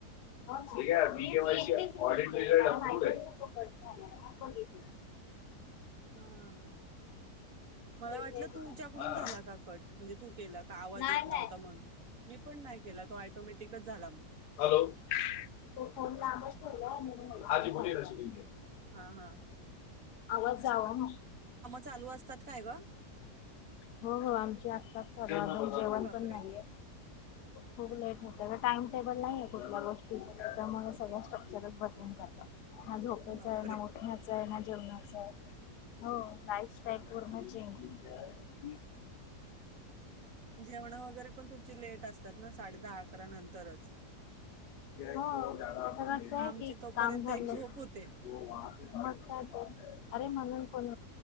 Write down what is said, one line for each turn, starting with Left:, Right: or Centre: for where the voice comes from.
Left: ते का B K Y audit up to date है. कट झालाय बघितलं
Right: हां मला
Left: ते
Right: वाटलं
Left: तेच तर.
Right: तुझ्याकडून
Left: हा
Right: झाला का कट. म्हणजे तू केला का आवाज
Left: नाही
Right: येत
Left: नाही
Right: नव्हता म्हणून, मी पण नाही केला तो ऑटोमॅटिक झाला मग.
Left: हॅलो तो फोन लांबच हाजी बोलिये मैं <unintelligible>
Right: हां हां
Left: आवाज <unintelligible>
Right: चालू असतात काय गं.
Left: हो हो आमच्या असतात. जेवण
Right: अरे बापरे
Left: पण नाहीये, खूप लेट होत ग टाइम टाईम टेबल नाही आहे कुठल्या गोष्टीच त्याच्यामुळे सगळं स्ट्रक्चरच बदलून जात. ना झोपायच
Right: बापरे
Left: आहे ना उठण्याचा आहे ना जवनाचय. हो लाईफ स्टाईल. पूर्ण चेंज
Right: जेवणं वगैरे पण तुमची लेट असतात ना साडे दहा अकरा नंतरच,
Left: हो त्याच कसं आहे
Right: आमची
Left: की
Right: तोपर्यंत
Left: काम धरलेत
Right: एक झोप होते.
Left: मग काय तर अरे म्हणून कोण